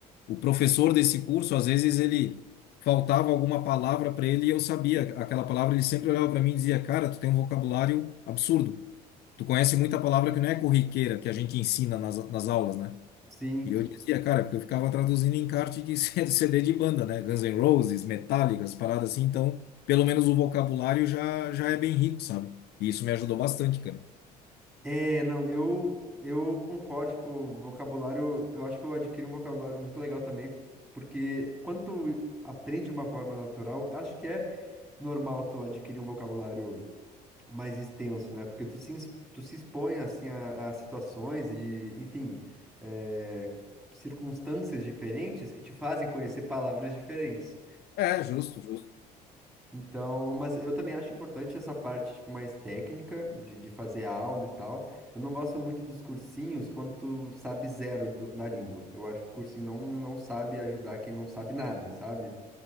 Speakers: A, on the left; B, in the centre.
A: o professor desse curso, às vezes ele faltava alguma palavra para ele e eu sabia aquela palavra, ele sempre olhava para mim e dizia, cara, tu tem um vocabulário absurdo tu conhece muita palavra que não é corriqueira, que a gente ensina nas, nas aulas, né?
B: Sim,
A: E eu dizia, cara, porque eu ficava traduzindo encarte de <laughs> CD de banda, né? Guns N' Roses, Metallica, as paradas assim, então, pelo menos o vocabulário já, já é bem rico, sabe? E isso me ajudou bastante, cara.
B: É, não, eu, eu concordo, tipo, vocabulário, eu acho que eu adquiri um vocabulário muito legal também, porque quando tu aprende de uma forma natural, eu acho que é normal tu adquirir um vocabulário mais extenso, né? Porque tu se, ins- tu se expõe, assim, a, a situações e, enfim, é, circunstâncias diferentes que te fazem conhecer palavras diferentes.
A: É, justo, justo.
B: Então, mas eu também acho importante essa parte, tipo, mais técnica, de, de fazer aula e tal. Eu não gosto muito dos cursinhos quando tu sabe zero do- da língua. Eu acho que o cursinho não, não sabe ajudar quem não sabe nada, sabe?